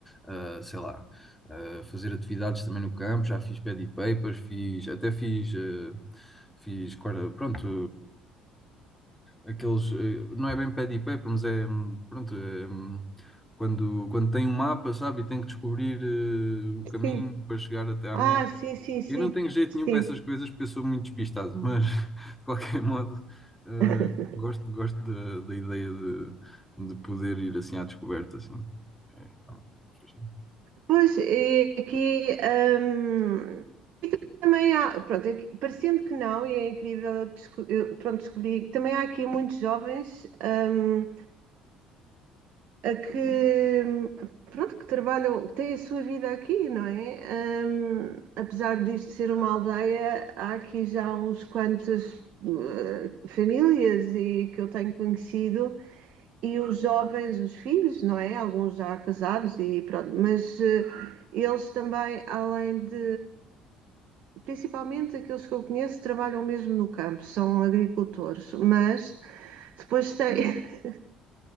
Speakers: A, in the centre; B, on the right.
A: ah, sei lá, ah, fazer atividades também no campo. Já fiz pad e papers, fiz, até fiz. ah, Fiz, corda- pronto, eh, aqueles, eh, não é bem pad e paper, mas é, hum, pronto, é, hum, quando, quando tem um mapa, sabe, e tem que descobrir eh, o caminho
B: sim.
A: para chegar até à
B: Ah,
A: meta.
B: sim, sim, sim,
A: Eu não tenho jeito nenhum
B: sim.
A: para essas coisas porque eu sou muito despistado, mas <laughs> de qualquer modo, eh,
B: <laughs>
A: gosto, gosto da, da ideia de, de poder ir assim à descoberta, assim. É, é uma coisa que me faz sentido.
B: Pois, e aqui hum, também há, pronto, é que- parecendo que não, e é incrível, eu desco- eu, pronto, descobri, também há aqui muitos jovens hum, a que, hum, pronto, que trabalham, que têm a sua vida aqui, não é? Hum, apesar disto ser uma aldeia, há aqui já uns quantas eh, famílias e que eu tenho conhecido e os jovens, os filhos, não é? Alguns já casados e pronto, mas eh, eles também, além de, principalmente aqueles que eu conheço, trabalham mesmo no campo, são agricultores, mas depois têm, <laughs>